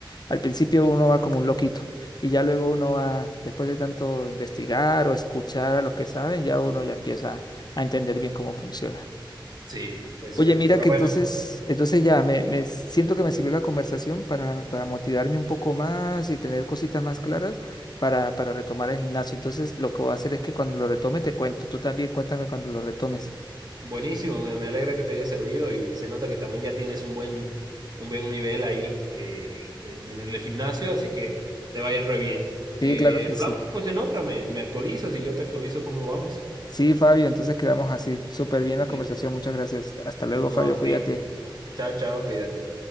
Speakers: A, on the left; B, on the right.
A: Al principio uno va como un loquito y ya luego uno va, después de tanto investigar o escuchar a los que saben, ya uno ya empieza a entender bien cómo funciona.
B: Sí, es
A: Oye,
B: cierto.
A: mira
B: Pero
A: que
B: bueno.
A: entonces, entonces ya me, me siento que me sirvió la conversación para, para motivarme un poco más y tener cositas más claras para, para retomar el gimnasio. Entonces, lo que voy a hacer es que cuando lo retome te cuento. Tú también cuéntame cuando lo retomes.
B: Buenísimo, me, me alegra que te haya servido y se nota que también ya tienes un buen, un buen nivel ahí eh, en, en el gimnasio, así que te va a ir re bien. Eh,
A: Sí, claro que
B: hablamos
A: sí.
B: pues en otra, me, me actualizas y yo te actualizo cómo vamos.
A: Sí, Fabio, entonces quedamos así. Súper bien la conversación.
B: Listo.
A: Muchas gracias. Hasta luego, Fabio.
B: No, a
A: Cuídate.
B: ti. Chao, chao, cuídate.